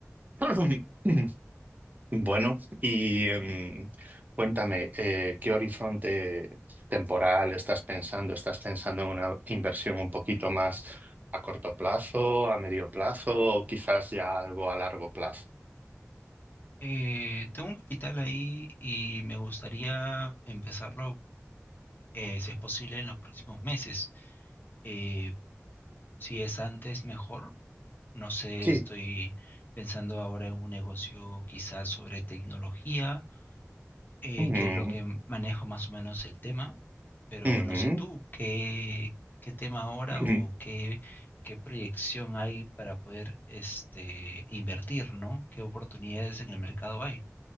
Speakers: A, on the right; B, on the left.
A: <clears throat> Bueno, y em, cuéntame, eh, ¿qué horizonte temporal estás pensando? ¿Estás pensando en una inversión un poquito más a corto plazo, a medio plazo o quizás ya algo a largo plazo?
B: Eh, tengo un capital ahí y me gustaría empezarlo, eh, si es posible, en los próximos meses. Eh, si es antes, mejor. No sé,
A: Sí.
B: estoy pensando ahora en un negocio quizás sobre tecnología, eh,
A: Mm,
B: que es lo que manejo más o menos el tema, pero
A: ujú.
B: no sé tú, ¿qué, qué tema ahora
A: <clears throat>
B: o qué, qué proyección hay para poder este, invertir, ¿no? ¿Qué oportunidades en el mercado hay?